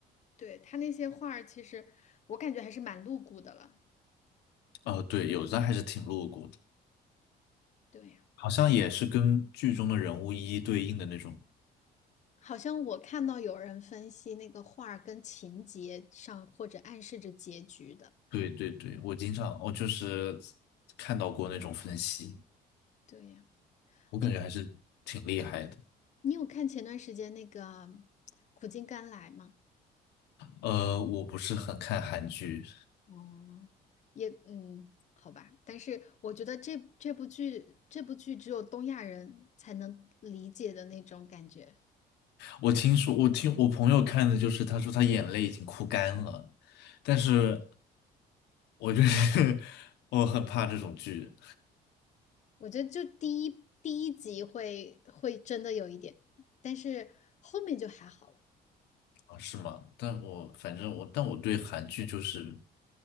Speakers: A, on the left; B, on the left.
A: 对，他那些画儿其实我感觉还是蛮露骨的了。
B: 哦，对，有的还是挺露骨的，
A: 对呀。
B: 好像也是跟剧中的人物一一对应的那种。
A: 好像我看到有人分析那个画儿跟情节上，或者暗示着结局的。
B: 对对对，我经常我就是看到过那种分析，
A: 对呀，
B: 我感觉还是挺厉害的。
A: 嗯，你有看前段时间那个苦尽甘来吗？
B: 呃，我不是很看韩剧，
A: 哦，也嗯，好吧，但是我觉得这这部剧这部剧只有东亚人才能理解的那种感觉。
B: 我听说，我听我朋友看的就是，他说他眼泪已经哭干了，但是我就是 <laughs> 我很怕这种剧
A: 我觉得就第一第一集会会真的有一点，但是后面就还好了。
B: 啊，是吗？但我反正我，但我对韩剧就是